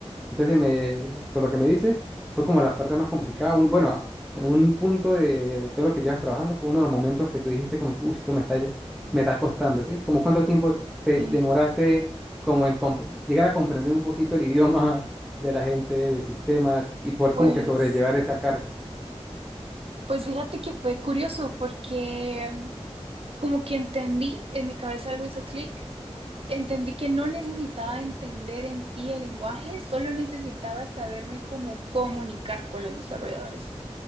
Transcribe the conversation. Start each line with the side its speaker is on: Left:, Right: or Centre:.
Centre: entonces, me, por lo que me dices, fue como la parte más complicada. Un, bueno, un punto de, de todo lo que llevas trabajando fue uno de los momentos que tú dijiste como que, uy, esto me está, lle- me está costando, ¿sí? Como cuánto tiempo te
Right: sí.
Centre: demoraste como en comp- llegar a comprender un poquito el <laughs> idioma de la gente, de sistemas y poder
Right: Pues
Centre: como que sobrellevar esa carga.
Right: Pues fíjate que fue curioso porque mm, como que entendí, en mi cabeza algo hizo clic, entendí que no necesitaba entender en sí el lenguaje, solo necesitaba saberme cómo comunicar con los desarrolladores.